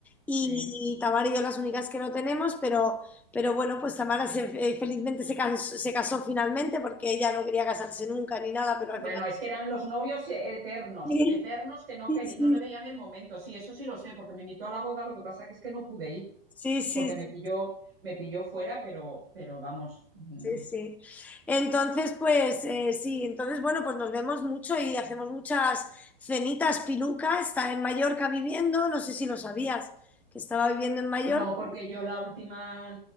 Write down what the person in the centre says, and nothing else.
Y
Tamara y yo las únicas que no tenemos, pero, pero bueno, pues Tamara se- eh, felizmente se casó, se casó finalmente porque ella no quería casarse nunca ni nada, pero
al final...
Sí,
sí,
sí.
Sí, sí,
sí, sí. Entonces, pues eh, sí, entonces, bueno, pues nos vemos mucho y hacemos muchas cenitas. Piluca está en Mallorca viviendo, no sé si lo sabías, que estaba viviendo en Mallorca.